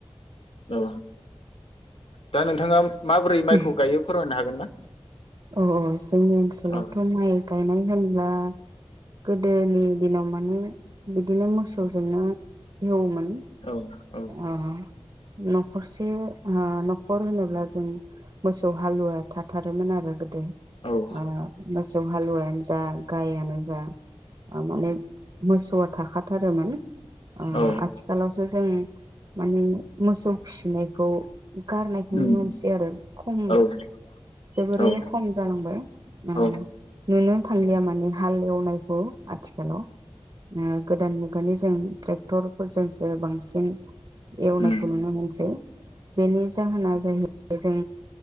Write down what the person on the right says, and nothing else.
<unintelligible>
औ जोंनि ओनसोलावथ
माइ गायनाय होनब्ला गोदोनि दिनाव माने बिदिनो मोसौजोंनो एवओमोन।
ओ नखरसे ओ नखर होनोब्ला जों मोसौ हालुवा थाथारोमोन आरो।
ओ मोसौ हालुवा जा गाइयानो जा माने मोसौआ थाखाथारोमोन ओ
आथिखालावसो जों माने मोसौ फिनायखौ गारनायखौ नुनो
मोनसै आरो खम
जोबोरैनो
खम जालांबाय ओ
नुनो थांलिया माने हाल एवनायखौ आथिखालाव। गोदान मुगानि जों ट्रेक्टर फोरजोंसो बांसिन एवनायखौ
नुनो मोनसै बेनि जाहोना जाहैबाय जों